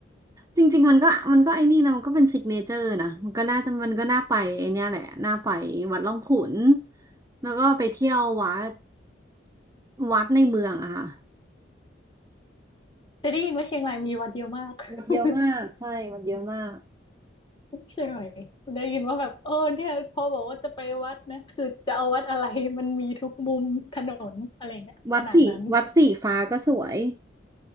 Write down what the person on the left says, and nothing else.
แต่ได้ยินว่าเชียงรายมีวัดเยอะมาก
<laughs> ใช่ไหมได้ยินว่าแบบเออเนี่ยพอบอกว่าจะไปวัดนะคือจะเอาวัดอะไรมันมีทุกมุมถนนอะไรเงี้ยขนาดนั้น